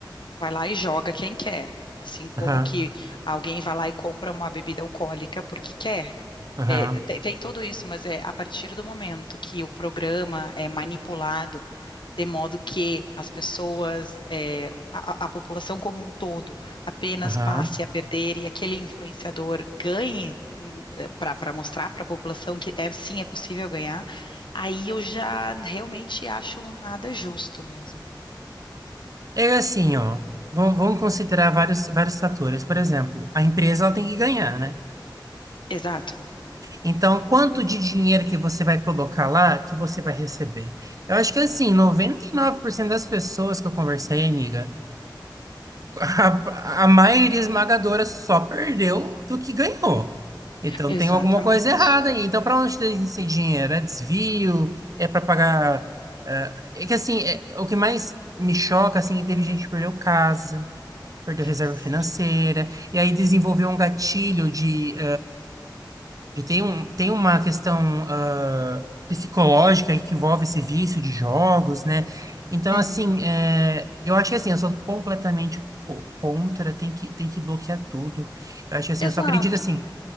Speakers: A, on the left; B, on the right.
A: vai lá e joga quem quer. Assim como
B: Aham,
A: que alguém vai lá e compra uma bebida alcoólica porque quer.
B: aham,
A: É, te- tem tudo isso, mas é a partir do momento que o programa é manipulado de modo que as pessoas, é, a, a- a população como um todo, apenas
B: aham.
A: passe a perder e aquele influenciador ganhe para mostrar para a população que é sim é possível ganhar, aí eu já realmente acho nada justo mesmo.
B: É assim, ó. Vamos, vamos considerar vários, vários fatores. Por exemplo, a empresa ela tem que ganhar, né?
A: Exato.
B: Então, quanto de dinheiro que você vai colocar lá que você vai receber? Eu acho que assim, 99% das pessoas que eu conversei, amiga, A, a maioria esmagadora só perdeu do que ganhou. Então
A: Exatamente.
B: tem alguma coisa errada aí. Então, para onde tem esse dinheiro? É desvio? É para pagar. ah, é que assim, é- o que mais me choca assim, é que teve gente que perdeu casa, perdeu reserva
A: Sim.
B: financeira, e aí desenvolveu um gatilho de e tem, um, tem uma questão ah, psicológica que envolve esse vício de jogos, né? Então,
A: Uhum.
B: assim, é, eu acho que assim, eu sou completamente co- contra, tem que, tem que bloquear tudo. Eu acho que assim,
A: Exato.
B: eu só acredito assim,